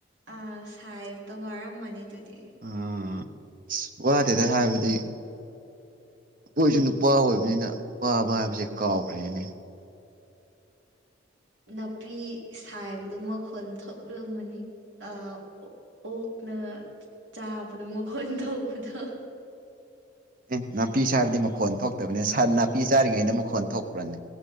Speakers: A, on the right; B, on the right.
A: ꯑ ꯆꯥꯏꯕꯨ ꯇꯕꯨ ꯑꯔꯝ ꯃꯅꯤꯗꯨꯗꯤ
B: ꯑꯥ ꯑꯁ ꯋꯥꯗꯦꯗ ꯍꯥꯏꯕꯗꯤ ꯑꯩꯈꯣꯏꯁꯨ ꯅꯨꯄꯥ ꯑꯣꯏꯕꯅꯤꯅ ꯋꯥꯕ ꯍꯥꯏꯕꯁꯦ ꯀꯥꯎꯈ꯭ꯔꯦꯅꯦ <inaudible>
A: ꯅꯥꯄꯤ ꯁꯥꯏꯕꯗꯣ ꯃꯈꯣꯟ ꯊꯣꯛꯂꯝꯝꯃꯅꯤ ꯑ ꯑꯣꯛꯅ ꯆꯥꯕꯗꯣ ꯃꯈꯣꯟ ꯇꯄꯗꯣ
B: ꯑꯦ ꯅꯥꯄꯤ ꯆꯥꯕꯗꯤ ꯃꯈꯣꯟ ꯊꯣꯛꯇꯕꯅꯤ ꯅꯥꯄꯤ ꯆꯥꯔꯤꯉꯩꯗ ꯃꯈꯣꯟ ꯊꯣꯛꯄ꯭ꯔꯅꯦ